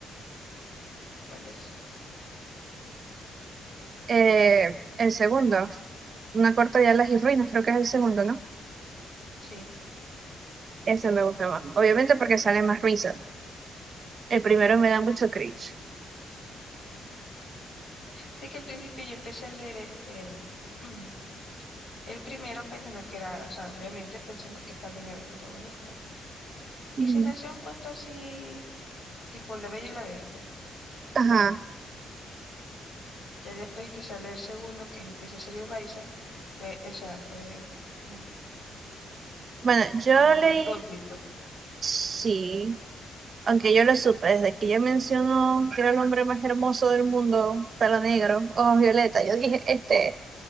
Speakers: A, on the left (about 45°); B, on the right (about 45°).
A: ¿Cuál es?
B: Eh, el segundo, Una corta de alas y ruinas, creo que es el segundo, ¿no?
A: Sí.
B: Ese me gusta más. Obviamente porque sale más risa. El primero me da mucho cringe.
A: Así que al principio yo empecé a leer este. <clears throat> El primero pensando que era, o sea, obviamente pensando que Stalin era el protagonista.
B: Ujú.
A: Y se me hacía un cuento así, tipo La Bella y la Bestia.
B: Ajá.
A: Ya después que sale el segundo, que empieza a salir Raiza, fue, o sea, fue mm,
B: Bueno, yo
A: como
B: leí,
A: que el plot twist, pues.
B: sí, aunque yo lo supe, desde que ella mencionó que era el hombre más hermoso del mundo, pelo negro, ojos violeta, yo dije, este,